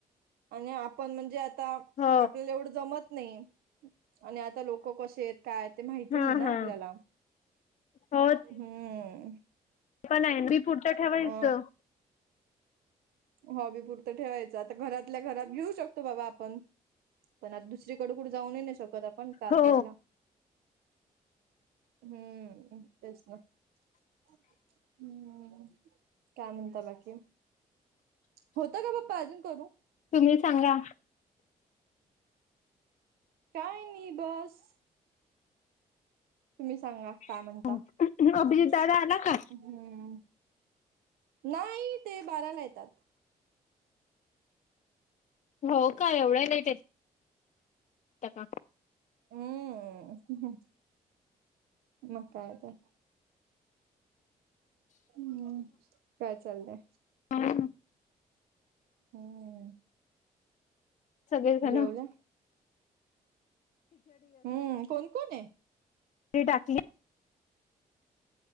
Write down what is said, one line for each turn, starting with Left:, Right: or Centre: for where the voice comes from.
Right: आणि आपण म्हणजे आता
Left: हो
Right: आपल्याला एवढं जमत नाही आणि आता लोक कसे येत काय ते माहिती
Left: हा
Right: नाय ना
Left: हा
Right: आपल्याला
Left: हो
Right: हम्म.
Left: ते पण आहे ते पुढच्या ठेवायचं.
Right: अ हॉबी पुरतं ठेवायचं. आता घरातल्या घरात घेऊ शकतो बाबा आपण पण आता दुसरीकड कुठ जाऊन नाय ना शकत आपण तास
Left: हो
Right: घ्यायला. हम्म तेच ना हम्म काय म्हणता बाकी होत का पप्पा अजून करू
Left: तुम्ही सांगा
Right: काय नई बस तुम्ही सांगा काय
Left: <unintelligible>
Right: म्हणता
Left: का
Right: हम्म नाही ते बाराला येतात.
Left: हो का एवढया लेट यता का?
Right: हम्म मग काय तर हम्म काय चाललंय?
Left: हा
Right: हम्म
Left: सगळेजण
Right: जेवल्या हम्म कोण कोण ये.
Left: ते टाकली